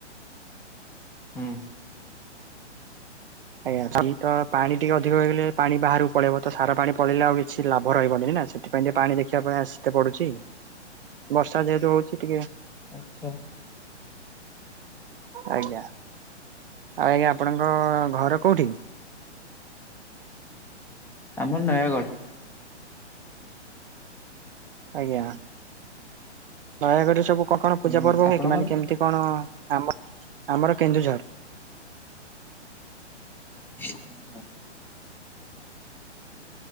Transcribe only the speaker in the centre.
ହୁଁ।
ଆଛା।
ଆମର ନୟାଗଡ଼।
ହୁଁ
ଆପଣଙ୍କର?
ପଞ୍ଜାବ।